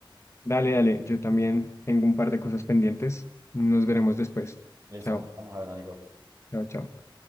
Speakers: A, on the left (about 35°); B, on the right (about 35°).
A: Dale, dale, yo también tengo un par de cosas pendientes. Nos veremos después.
B: Eso,
A: Chao,
B: nos estamos hablando, Nico.
A: chao, chao.